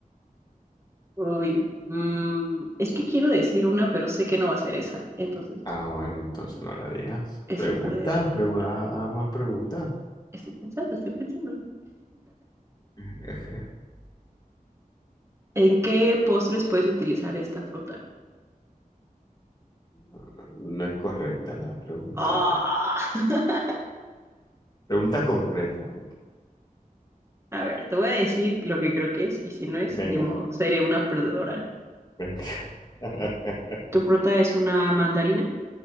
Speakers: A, on the right; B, on the left.
A: Uy. mm, es que quiero decir una, pero sé que no va a ser esa. Entonces,
B: Ah, bueno, entonces no la digas.
A: estoy
B: Pregunta,
A: perdida.
B: pregunta,
A: Ah,
B: ah, más preguntas.
A: Estoy pensando, estoy pensando.
B: <laughs>
A: ¿En qué postres puedes utilizar esta fruta?
B: No, no, no es correcta la pregunta,
A: Ah.
B: Abril.
A: <laughs>
B: Pregunta concreta, Abril.
A: A ver, te voy a decir lo que creo que es, y si no es,
B: Venga,
A: ni modo, seré una perdedora.
B: venga. <laughs>
A: ¿Tu fruta es una mandarina?